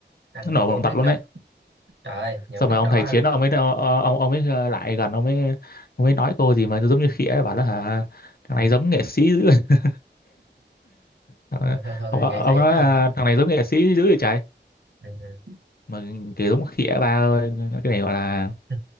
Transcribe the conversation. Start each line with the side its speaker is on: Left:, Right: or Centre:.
Right: thằng
Left: Nó nổi bằng
Right: tôi không
Left: mặt
Right: biết
Left: luôn
Right: nữa
Left: đấy.
Right: trời ơi nhuộm
Left: Xong
Right: tóc
Left: rồi ông
Right: đỏ
Left: thầy
Right: hả
Left: Chiến ông ấy ông ông ấy ờ, lại gần ông mới ông mới nói cô gì mà giống như khỉ ấy bảo là hả
Right: ừ.
Left: thằng này giống nghệ sĩ dữ. <laughs> Ờ,
Right: Ờ, thường thường
Left: Ông,
Right: thì
Left: ông
Right: nghệ sĩ
Left: nói
Right: mới
Left: là
Right: nhuộm tóc
Left: thằng này giống nghệ sĩ dữ vậy trời.
Right: ừ. <laughs>
Left: Mà kiểu giống khỉ ấy, ba ơi. Cái này gọi là
Right: ừ.